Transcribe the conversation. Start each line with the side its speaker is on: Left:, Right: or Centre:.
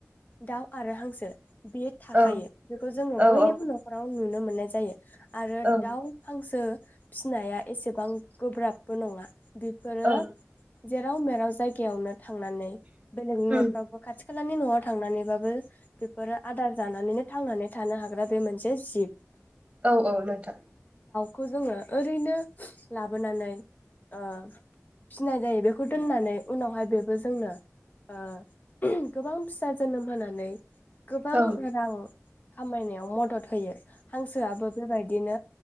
Left: दाउ आरो हांसो बे थाखायो
Right: औ
Left: बेखौ जोङो
Right: औ
Left: बयनिबो न'खराव नुनो मोननाय जायो आरो
Right: औ
Left: दाउ हांसो फिसिनाया एसेबां गोब्राबबो नङा बिफोरो
Right: औ
Left: जेराव मेराव जायगायावनो थांनानै बेलेगनि
Right: उम
Left: न'फ्रावबो खाथि थि खालानि न'आव थांनानैबाबो बेफोरो आदार जानानैनो थांनानै थानो हाग्रा बे मोनसे जिब
Right: औ औ नोंथां
Left: खौ जोङो ओरैनो लाबोनानै ओ फिनाय जायो बेखौ दोननानै उनावहाय बेबो जोंनो ओ गोबां फिसा जोनोम होनानै गोबां
Right: औ औ औ
Left: रां खामायनायाव मदद मदद होयो हांसोआबो बेबायदिनो